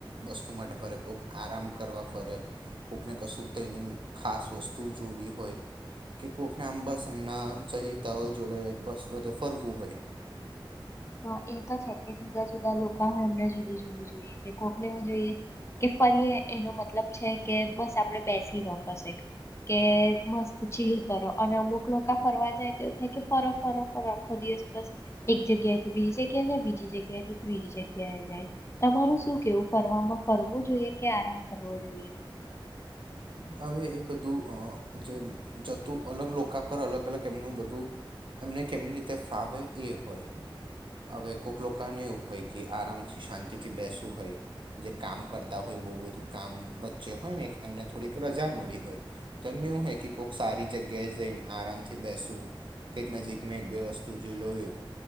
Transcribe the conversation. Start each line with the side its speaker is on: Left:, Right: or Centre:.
Right: વસ્તુ માટે ફરે, કોક આરામ કરવા ફરે, કોકને કશુંક ત એનું ખાસ વસ્તુ જોવી હોય કે કોકને આમ બસ એમના સહિતાઓ જોડે બસ બધે ફરવું હોય.
Left: હહ એ ત છે કે જુદાં જુદાં લોકા હોય એમને જુદું જુદું જોઈએ કે કોકને એવું જોઈએ કે ફરીએ એનો મતલબ છે કે બસ આપડે બેસીરો પશે કે મસ્ત ચીલ કરો અને અમુક લોકા ફરવા જાય તેવું થાય કે ફર ફર ફર આખો દિવસ બસ એક જગ્યાએ બીજી જગ્યા એ જાય બીજી જગ્યાથી ત્રીજી જગ્યાએ જાય તમારું શું કેવું ફરવામાં ફરવું જોઈએ કે આરામ કરવો જોઈએ?
Right: હવે એ બધું અ જે જતું અલગ લોકા પર અલગ અલગ એમનું બધું એમને કેમની રીતે ફાવે એ હોય હવે કોક લોકાને એવું હોય કે આરામથી શાંતિથી બેસવું હોય જે કામ કરતાં હોય બહુ બધું કામ વચ્ચે હોય ને એમને થોડીક રજા મળી હોય તો એમને એવું હોય કે કોક સારી જગ્યાએ જઈને આરામથી બેસું કંઈક નજીકમાં એક બે વસ્તુ જોઈ લઉં એવું